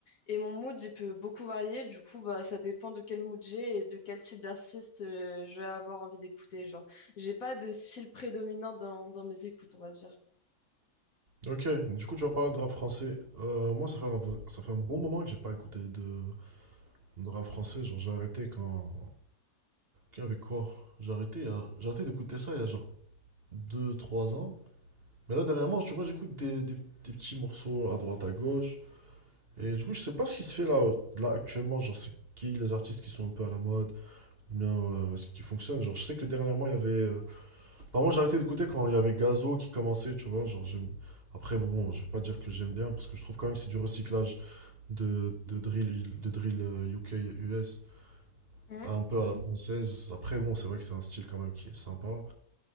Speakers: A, on the left; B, on the right.
A: Et mon mood, il peut beaucoup varier. Du coup, bah, ça dépend de quel mood j'ai et de quel type d'artiste euh, je vais avoir envie d'écouter. Genre, j'ai pas de style prédominant dans, dans mes écoutes, on va dire.
B: Ok, du coup, tu vas parler de rap français. Euh, moi, ça fait un, vrai- ça fait un bon moment que j'ai pas écouté de, de rap français. Genre, j'ai arrêté quand. quand avec quoi? J'ai arrêté, il y a- j'ai arrêté d'écouter ça il y a genre deux trois ans. Mais là, dernièrement, tu vois, j'écoute des, des, des petits morceaux à droite, à gauche. Et du coup, je sais pas ce qui se fait là, là actuellement. Genre, c'est qui les artistes qui sont un peu à la mode? Ou bien euh, ce qui fonctionne? Genre, je sais que dernièrement, il y avait. euh, Enfin, moi, j'ai arrêté d'écouter quand il y avait Gazo qui commençait, tu vois. Genre, j'aime- Après, bon, je vais pas dire que j'aime bien, parce que je trouve quand même que c'est du recyclage de, de drill, de drill euh, UK, US,
A: Mhm.
B: un peu à la française. Après, bon, c'est vrai que c'est un style quand même qui est sympa.